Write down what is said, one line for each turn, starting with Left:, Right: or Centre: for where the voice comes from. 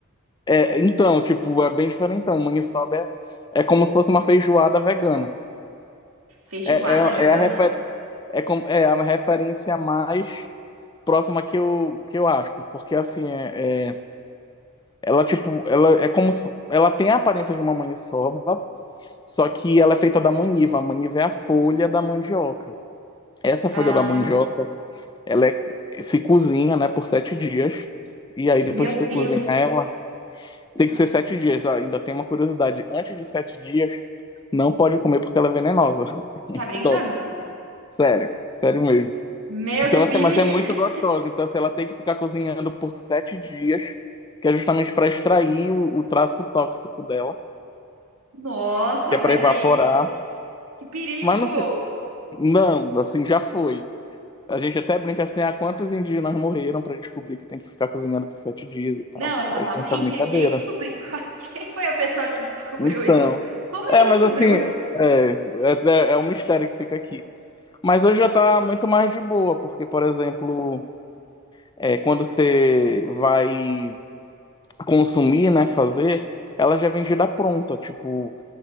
Left: é, então, tipo, é bem diferente. Então, maniçoba é, é como se fosse uma feijoada vegana.
Right: Feijoada
Left: É, é,
Right: vegana?
Left: é a refer, é, com- é a referência mais próxima que eu, que eu acho. Porque, assim, é... é Ela, tipo, ela é como se- ela tem a aparência de uma maniçoba, só que ela é feita da maniva. A maniva é a folha da mandioca. Essa
Right: Ah,
Left: folha da mandioca, ela é- se cozinha, né, por sete dias. E aí, depois
Right: meu
Left: que você
Right: Deus,
Left: cozinhar ela, tem que ser sete dias. Ah, Ainda tem uma curiosidade. Antes de sete dias, não pode comer porque ela é venenosa.
Right: tá brincando?
Left: Tóxica. Sério. Sério mesmo.
Right: Meu,
Left: Então,
Right: que perigo!
Left: assim, mas é muito
Right: <laughs>
Left: gostosa. Então, assim, ela tem que ficar cozinhando por sete dias, que é justamente para extrair o o traço tóxico dela.
Right: Nossa,
Left: que é
Right: mas
Left: para evaporar.
Right: aí, que perigo!
Left: Mas não, fi- não, assim, já foi. A gente até brinca assim, ah, quantos indígenas morreram para descobrir que tem que ficar cozinhando por sete dias e tal.
Right: Não, exatamente.
Left: Aí tem essa brincadeira.
Right: Quem descobriu? <laughs> Quem foi a pessoa que descobriu
Left: Então,
Right: isso? Como
Left: é,
Right: ele
Left: mas
Right: descobriu?
Left: assim, é, é, é é um mistério que fica aqui. Mas hoje já tá muito mais de boa, porque, por exemplo, é, quando você vai consumir, né, fazer, ela já é vendida pronta, tipo,